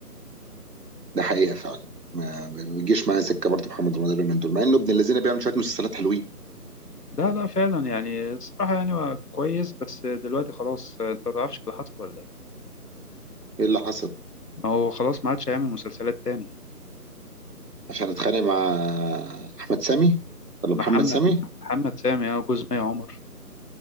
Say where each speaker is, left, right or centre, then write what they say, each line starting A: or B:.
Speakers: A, on the right; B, on the left.
A: ده حقيقه فعلا ما ما بيجيش معايا سكه برضه محمد رمضان اليومين دول مع انه ابن الذين بيعمل شويه مسلسلات حلوين
B: لا لا فعلا يعني الصراحه يعني هو كويس بس دلوقتي خلاص انت ما تعرفش اللي حصل ولا ايه
A: ايه اللي حصل
B: ما هو خلاص ما عادش هيعمل مسلسلات تاني
A: عشان اتخانق مع احمد سامي ولا محمد
B: محمد
A: سامي
B: محمد سامي اه جوز مي عمر